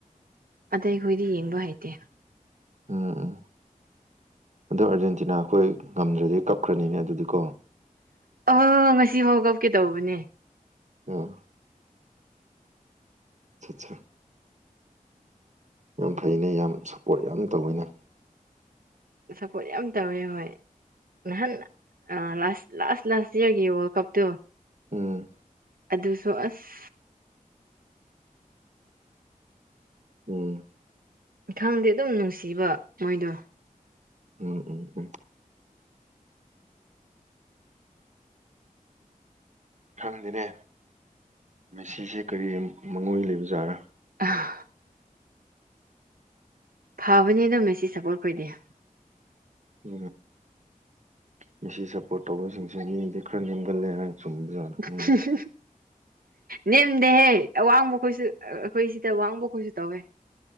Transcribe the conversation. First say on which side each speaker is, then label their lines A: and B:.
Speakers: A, on the right; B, on the right.
A: ꯑꯇꯩꯈꯣꯏꯗꯤ ꯌꯦꯡꯕ ꯍꯩꯇꯦ
B: ꯎꯝ ꯎꯝ ꯑꯗꯣ ꯑꯥꯔꯖꯦꯟꯇꯤꯅꯥ ꯑꯩꯈꯣꯏ ꯉꯝꯗ꯭ꯔꯥꯗꯤ ꯀꯞꯈ꯭ꯔꯥꯅꯤꯅꯦ ꯑꯗꯨꯗꯤꯀꯣ
A: ꯑꯥ ꯉꯁꯤꯐꯥꯎ ꯀꯞꯀꯦ ꯇꯧꯕꯅꯦ
B: ꯑꯥ ꯆꯥ ꯆꯥ ꯌꯥꯝ ꯐꯩꯅꯦ ꯌꯥꯝ ꯁꯞꯄꯣꯔꯠ ꯌꯥꯝ ꯇꯧꯏꯅꯦ
A: ꯁꯞꯄꯣꯔꯠ ꯌꯥꯝ ꯇꯧꯋꯦ ꯍꯣꯏ ꯅꯍꯥꯟ ꯑ ꯂꯥꯁ ꯂꯥꯁ ꯂꯥꯁ ꯏꯌꯥꯔꯒꯤ ꯋꯥꯔꯜ ꯀꯞꯇꯣ
B: ꯎꯝ
A: ꯑꯗꯨꯁꯨ ꯑꯁ
B: ꯎꯝ
A: ꯈꯪꯗꯦ ꯑꯗꯨꯝ ꯅꯨꯡꯁꯤꯕ ꯃꯣꯏꯗꯣ
B: ꯎꯝ ꯎꯝ ꯎꯝ ꯈꯪꯗꯦꯅꯦ ꯃꯦꯁꯤꯁꯦ ꯀꯔꯤ ꯃꯉꯣꯏ ꯂꯩꯕꯖꯥꯠꯔꯥ
A: ꯑꯥ ꯐꯕꯅꯦꯗ ꯃꯦꯁꯤ ꯁꯞꯄꯣꯔꯠ ꯈꯣꯢꯗꯤ
B: ꯎ ꯃꯦꯁꯤ ꯁꯞꯄꯣꯔꯠ ꯇꯧꯕꯁꯤꯡꯁꯤ ꯃꯤꯗꯤ ꯈꯔ ꯅꯦꯝꯒꯜꯂꯦ ꯍꯥꯏ ꯆꯨꯝꯕꯖꯥꯠꯂ
A: <unintelligible>
B: ꯈꯪꯗꯦ
A: ꯅꯦꯝꯗꯦꯍꯦ ꯑꯋꯥꯡꯕ ꯈꯣꯏꯁꯨ ꯑꯈꯣꯏ ꯁꯤꯗ ꯋꯥꯡꯕ ꯈꯣꯏꯁꯨ ꯇꯧꯋꯦ